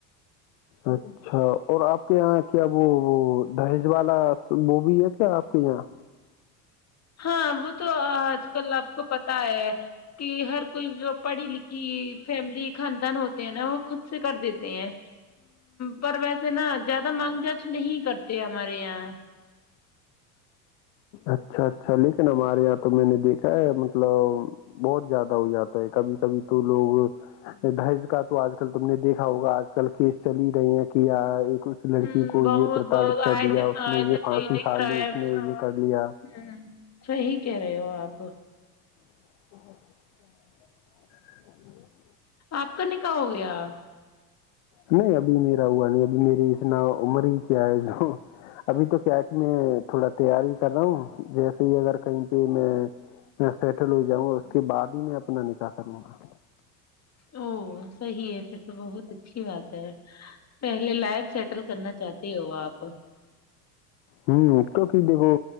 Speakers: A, on the left; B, on the left.
A: اچھا اور آپ کے یہاں کیا وہ وہ دہیج والا وہو بھی ہے کیا آپ کے یہاں
B: ہاں وہ تو آج کل آپ کو پتا ہے کہ ہر کوئی پڑھی لکھی فیملی خاندان ہوتے ہیں نا وہ خود سے کر دیتے ہیں پر ویسے نا زیادہ مانگ جاچ نہیں کرتے ہمارے یہاں
A: اچھا اچھا لیکن ہمارے یہاں تو میں نے دیکھا ہے مطلب بہت زیادہ ہو جاتا ہے کبھی کبھی تو لوگ دہج کا تو آج کل تم نے دیکھا ہوگا آج کل کیس چل ہی رہے ہیں کہ اس لڑکی
B: ہ
A: کو
B: بہت
A: یہ پرتاارا
B: بہت آئے
A: دیا
B: دن
A: اس
B: آئے
A: نے
B: دن
A: یہ پھانسی
B: نئی نئی
A: کھا
B: کرائم
A: لی
B: ہ
A: نے یہ کر لیا
B: صحی کہہ رہے ہو آپ
A: <inaudible> <inaudible>
B: آپ کا ن کہاح ہو گیا
A: نہیں ابھی میرا ہوا نہیں ابھی میری اتنا عمر ہی کیا ہے جو ابھی تو کیا ہے کہ میں تھوڑا تیاری کر رہا ہوں جیسے ہی اگر کہیں پہ میں سیٹل ہو جاؤں اس کے بعد ہی میں اپنا نکاح کروں گا
B: او صحی ہے پھر تو بہت اچھی بات ہے پہلے لائف سیٹل کرنا چاہتے ہو آپ
A: ہوں کیونکہ دیکھو